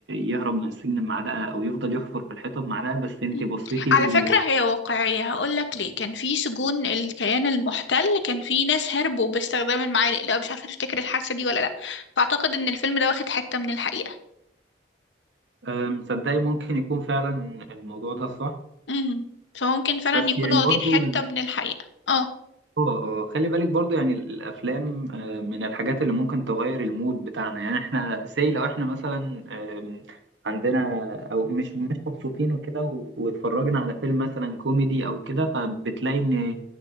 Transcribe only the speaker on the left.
مهم.
على
فكرة هي واقعية هقولك ليه كان في سجون الكيان المحتل كان في ناس هربوا باستخدام المعالق لا مش عارفة تفتكر الحادثة دي ولا لأ فأعتقد إن الفيلم ده واخد حتة من الحقيقة
امم فممكن فعلا
يكونوا
واخدين
حتة من الحقيقة اه